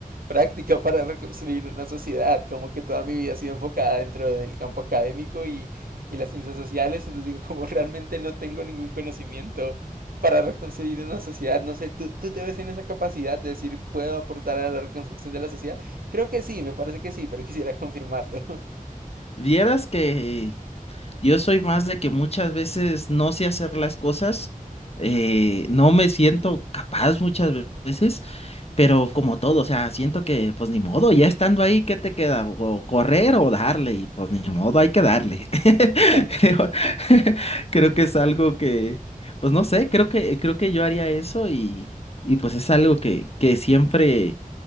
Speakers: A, on the right; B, on the left.
A: práctica para reconstruir una sociedad, como que toda mi vida ha sido enfocada dentro del campo académico y, y las ciencias sociales, entonces digo, <laughs> como realmente no tengo ningún conocimiento para reconstruir una sociedad, no sé, ¿tú, tú te ves en esa capacidad de decir, puedo aportar a la reconstrucción de la sociedad? Creo que sí, me parece que sí, pero quisiera confirmarlo.
B: Vieras que yo soy más de que muchas veces no sé hacer las cosas, eh, no me siento capaz muchas ve- veces, pero como todo, o sea, siento que pues ni modo, ya estando ahí, ¿qué te queda? O correr o darle, y pues ni modo, hay que darle. <laughs>
A: <laughs>
B: Creo, <laughs> creo que es algo que, pues no sé, creo que, creo que yo haría eso y, y pues es algo que, que siempre